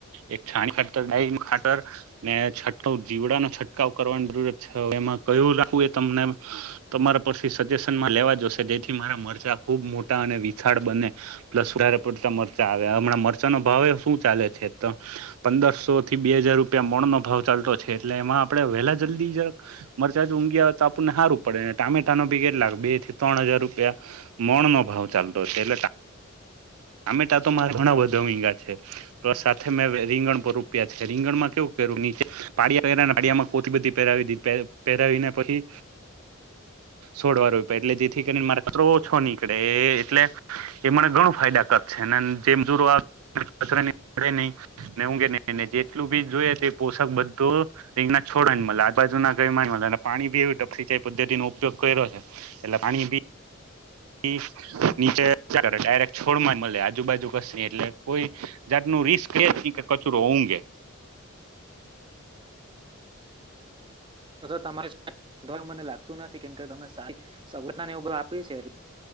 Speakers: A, on the right; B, on the right.
A: એક છાં ખાતર ડાઈ નું ખાતર ને છઠ જીવડા નો છંટકાવ કરવાની જરૂરત છે, એમાં કયું રાખવું એ તમને, તમારા પરથી સજેશનમાં લેવા જોશે, જેથી મારા મરચા ખુબ મોટા અને વિશાળ બને, પ્લસ સુધારા પડતા મરચા આવે, હમણાં મર ચાના ભાવે શું ચાલે છે, તો પંદરસો થી બે હજાર રૂપિયા મણનો ભાવ ચાલતો છે, એટલે એમાં આપણે વહેલાજ જલ્દી જરાક મરચા જો ઊગી અવે તો આપણને હારું પડે, ને ટામેટાના ભી કેટલાક બે થી ત્રણ હજાર રૂપિયા મણ નો ભાવ ચાલતો છે, એટલે ટામેટા તો મારા ઘણા બધા ઊંગીયા છે પ્લસ સાથે મેં રીંગણ પર રૂપિયા છે. રીંગણમાં કેવું કર્યું કે પાડીયા કર્યા ને પાડિયામાં કોથી બધી પહેરાવી દીધી, પહેરાવીને પછી સોડવાર રોપિયા એટલે જેથી કરીને મારે કચરો ઓછો નીકળે એ એટલે એ મને ઘણું ફાયદાકારત છે અને જે મજૂરો આવે <unintelligible> નહી ને <unintelligible> નહી ને જેટલું બી જોઈએ તે પોષક બધો રીંગણા છોડેને મલે, આ બાજુના એમાંજ મળે ને પાણી બી એવું સિંચાઈ પદ્ધતિ નો ઉપયોગ કર્યો છે, એટલે પાણી બી ભી નીચે ડાયરેક્ટ છોડ માંજ મલે આજુબાજુ કસે ની એટલે કોઈ જાતનું રિસ્ કે કચરો <unintelligible>
B: તો તો તમારી <unintelligible> મને લાગતું નથી કેમ કે તમે સારી સંઘટનાને ઉભ આપી છે એટલે